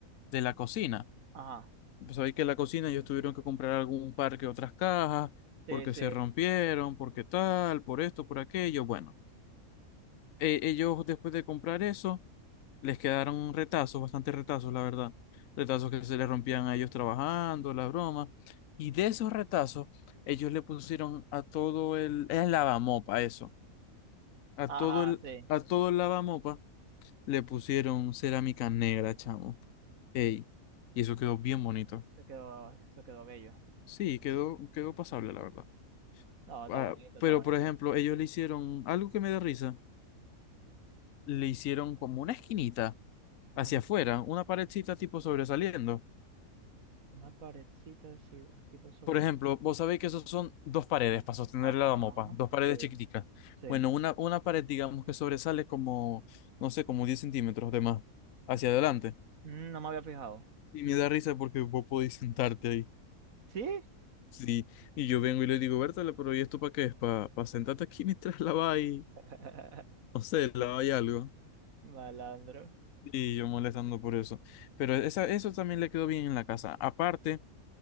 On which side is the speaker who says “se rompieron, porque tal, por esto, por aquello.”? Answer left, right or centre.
Left